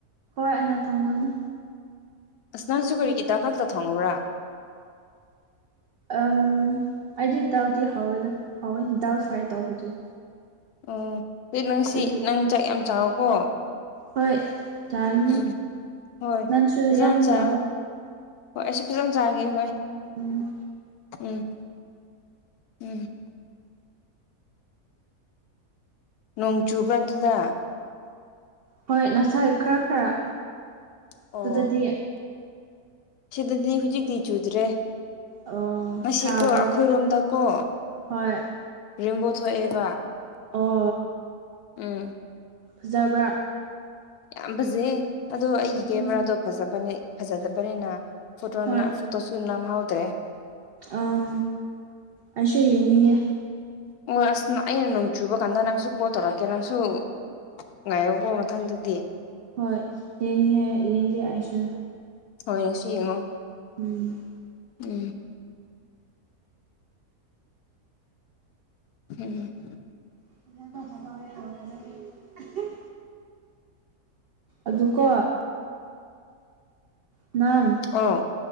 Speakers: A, on the right; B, on the left.
A: ꯍꯣꯏ ꯑꯩꯅ ꯊꯣꯡꯒꯅꯤ
B: ꯑꯁ ꯅꯪꯁꯨ ꯀꯔꯤꯒꯤ ꯇꯥꯈꯛꯇ ꯊꯣꯡꯉꯨꯔꯥ
A: ꯑꯝ ꯑꯩꯗꯤ ꯗꯧꯗ ꯍꯥꯎꯋꯦꯗ ꯍꯥꯎꯋꯦ ꯗꯧ ꯐ꯭ꯔꯥꯏ ꯇꯧꯕꯗꯨ
B: ꯎꯝ ꯏꯔꯣꯟꯁꯤꯟ
A: ꯑꯗꯨꯒꯤ
B: ꯅꯪ ꯆꯥꯛ ꯌꯥꯝ ꯆꯥꯎꯀꯣ
A: ꯍꯣꯏ ꯌꯥꯔꯤꯅꯤ
B: ꯎꯝ ꯍꯣꯏ
A: ꯅꯪꯁꯨꯁꯨ
B: ꯐꯖꯅ
A: ꯌꯥꯝ
B: ꯆꯥ
A: ꯆꯥꯎꯕ
B: ꯍꯣꯏ ꯑꯩꯁꯨ ꯐꯖꯅ ꯆꯥꯒꯦ ꯍꯣꯏ꯫
A: ꯎꯝ
B: ꯎꯝ ꯎꯝ ꯅꯣꯡ ꯆꯨꯕ ꯑꯗꯨꯗ
A: ꯍꯣꯏ ꯉꯁꯥꯏ ꯈꯔ ꯈꯔ
B: ꯑꯣ
A: ꯑꯗꯨꯗꯗꯤ
B: ꯁꯤꯗꯗꯤ ꯍꯧꯖꯤꯛꯇꯤ ꯆꯨꯗ꯭ꯔꯦ
A: ꯑꯣ
B: ꯉꯁꯤꯀꯣ
A: ꯁꯥꯕ꯭ꯔꯥ
B: ꯑꯩꯈꯣꯏꯔꯣꯝꯗꯀꯣ
A: ꯍꯣꯏ
B: ꯔꯤꯦꯝꯝꯕꯣ ꯊꯣꯛꯑꯦꯕ
A: ꯑꯣ
B: ꯎꯝ
A: ꯐꯖꯕ꯭ꯔꯥ
B: ꯌꯥꯝ ꯐꯖꯩꯌꯦ ꯑꯗꯣ ꯑꯩꯒꯤ ꯀꯦꯃꯦꯔꯥꯗꯣ
A: ꯎꯝ
B: ꯐꯖꯕꯅꯦ ꯐꯖꯗꯕꯅꯤꯅꯥ꯫ ꯐꯣꯇꯣꯅ
A: ꯍꯣꯏ
B: ꯐꯣꯇꯣꯁꯨꯨ ꯅꯝ ꯍꯥꯎꯗ꯭ꯔꯦ
A: ꯎꯝ ꯑꯩꯁꯨ ꯌꯦꯡꯅꯤꯡꯉꯦ꯫
B: ꯑꯣ ꯑꯁ ꯑꯩꯅ ꯅꯣꯡ ꯆꯨꯕ ꯀꯥꯟꯗ ꯅꯪꯁꯨ ꯀꯣꯜ ꯇꯧꯔꯛꯀꯦ ꯅꯪꯁꯨ ꯉꯥꯏꯌꯣ ꯀꯣ ꯃꯊꯪꯗꯨꯗꯤ꯫
A: ꯍꯣꯏ ꯌꯦꯡꯉꯦ ꯌꯦꯡꯒꯦ ꯑꯩꯁꯨ
B: ꯍꯣꯏ ꯉꯁꯤ ꯌꯦꯡꯉꯣ
A: ꯎꯝ
B: ꯎꯝ ꯎꯝ
A: <unintelligible> ꯑꯗꯨꯀꯣ ꯅꯪ
B: ꯑꯣ